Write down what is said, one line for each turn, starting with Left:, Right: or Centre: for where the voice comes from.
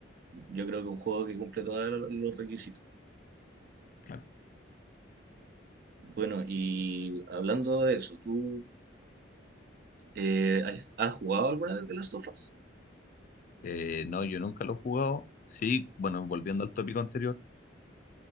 Right: yo creo que es un juego que cumple todos los requisitos.
Left: Claro.
Right: Bueno, y hablando de eso, ¿tú Eh, ¿has, has jugado alguna vez de las of Us?
Left: Eh, no, yo nunca lo he jugado. Sí, bueno, volviendo al tópico anterior,